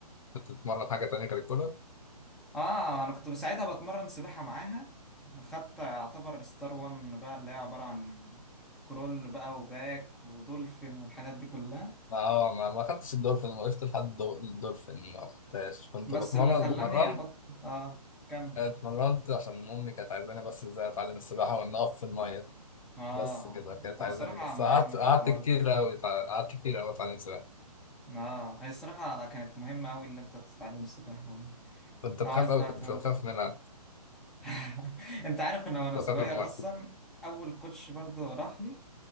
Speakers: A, on the left; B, in the centre.
A: كنت بتتمرن حاجه تانية غير الكوره
B: <laughs> اه انا كنت ساعتها بتمرن سباحه معاها خدت اعتبر ستار وان بقى اللي هي عباره عن كرول بقى وباك ودولفين والحاجات دي كلها
A: اه ما ما خدتش الدولفين ما وقفت لحد الدو- الدولفين ما خدتهاش كنت
B: بس
A: بتمرن
B: اللي خلاني
A: اتمرنت
B: ابطل اه كمل
A: اتمرنت عشان امي كانت عايزاني بس ازاي اتعلم السباحه وان اقف في الميه
B: اه
A: بس كده كانت
B: هو
A: عايزاني
B: الصراحه
A: بس
B: مهمه
A: قعدت
B: في
A: قعدت
B: الحوار
A: كتير
B: ده
A: أوي اتع- قعدت كتير أوي أتعلم سباحة
B: اه هي الصراحه كانت مهمه قوي اللي انت تتعلم السباحه دي
A: كنت
B: اه
A: بخاف
B: عايز
A: أوي
B: بقى
A: كنت
B: ت-
A: بخاف منها
B: <laughs> انت عارف ان وانا
A: كنت
B: صغير
A: بخاف من المية
B: اصلا اول كوتش برضو راح لي